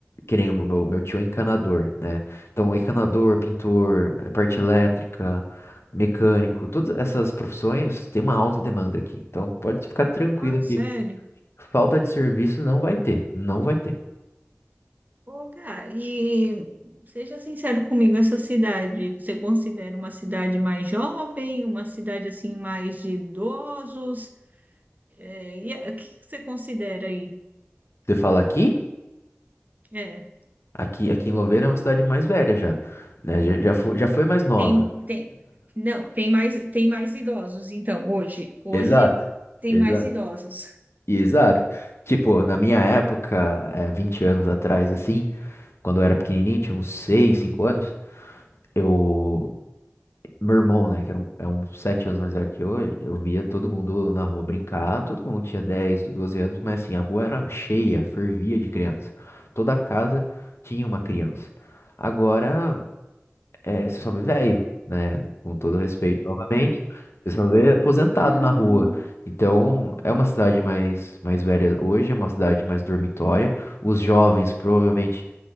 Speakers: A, on the left; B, on the right.
A: que nem o meu, meu tio é encanador, né? Então, encanador, pintor, é, parte elétrica, mecânico, todas essas profissões têm uma alta demanda aqui. Então, pode ficar tranquilo
B: Ah, sério?
A: que falta de serviço não vai ter, não vai ter.
B: Ô, Gá, e seja sincero comigo, essa cidade, você considera uma cidade mais jovem, uma cidade assim mais de idosos? É, e é- o que que você considera aí?
A: Você fala aqui?
B: É,
A: Aqui, aqui em Louveira é uma cidade mais velha já, né? Já, já foi, já foi mais nova.
B: tem, tem, não, tem mais, tem mais idosos, então, hoje, hoje
A: Exato,
B: tem
A: exato,
B: mais idosos.
A: exato. Tipo, na minha época, é, 20 anos atrás, assim, quando eu era pequenininho, tinha uns 6, 5 anos, eu... Meu irmão, né, que era um, é uns 7 anos mais velho que eu, eu via todo mundo na rua brincar, todo mundo tinha 10, 12 anos, mas assim, a rua era cheia, fervia de criança. Toda casa tinha uma criança. Agora, é, você só vê velho, né? Com todo respeito, novamente. Você só vê aposentado
B: Hum,
A: na rua. Então, é uma cidade mais, mais velha hoje, é uma cidade mais dormitória. Os jovens provavelmente